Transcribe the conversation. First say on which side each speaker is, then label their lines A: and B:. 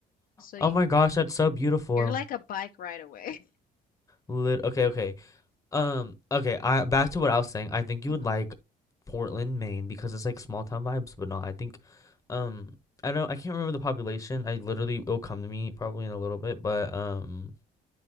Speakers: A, on the left; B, on the left.
A: So you,
B: Oh my gosh, that's so beautiful.
A: you're like a bike ride away.
B: Lit- okay, okay. Um, okay, I back to what I was saying. I think you
A: <laughs>
B: would
A: hmm
B: like Portland, Maine because it's like small town vibes, but no, I think um I don't I can't remember the population. I literally it'll come to me probably in a little bit, but um